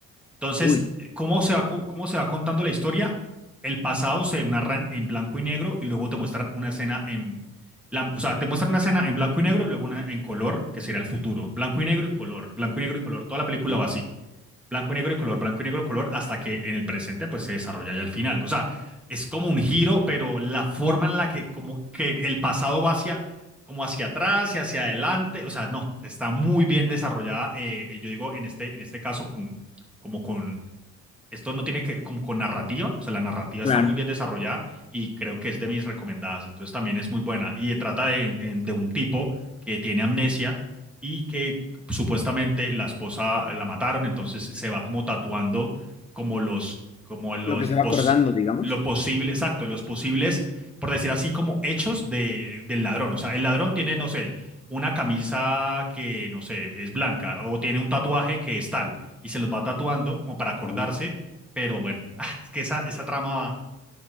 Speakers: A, in the centre; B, on the left (about 20°).
A: Entonces,
B: Uy.
A: ¿cómo se va, co- cómo se va contando la historia? El pasado se narra en, en blanco y negro y luego te muestran una escena en... la- o sea, te muestran una escena en blanco y negro y luego una en color, que será el futuro. Blanco y negro y color, blanco y negro y color. Toda la película
B: ok.
A: va así blanco y negro y color, blanco y negro, color, hasta que en el presente pues se desarrolla ya al final. O sea, es como un giro, pero la forma en la que como que el pasado va hacia como hacia atrás y hacia adelante, o sea, no, está muy bien desarrollada, eh, yo digo en este, en este caso con, como con esto no tiene que como con narrativa, o sea, la narrativa está
B: Claro.
A: muy bien desarrollada y creo que es de mis recomendadas, entonces también es muy buena. Y trata de, en- de un tipo que tiene amnesia y que supuestamente la esposa la mataron, entonces se va como tatuando como los, como los,
B: Lo que se
A: pos-
B: va acordando, digamos.
A: lo posible, exacto, los posibles, por decir así, como hechos de, del ladrón. O sea, el ladrón tiene, no sé, una camisa que, no sé, es blanca o tiene un tatuaje que es tal y se los va tatuando como para acordarse
B: Oh.
A: pero bueno, <laughs> es que esa, esa trama